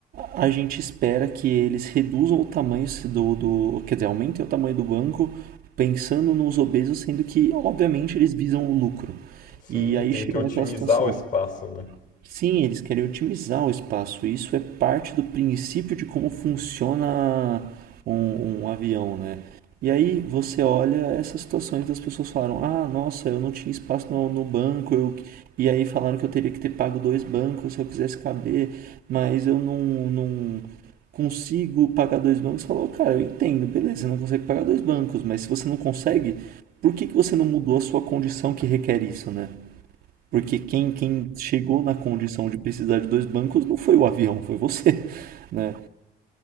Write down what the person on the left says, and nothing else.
Sim,
tem
que otimizar
o espaço, né?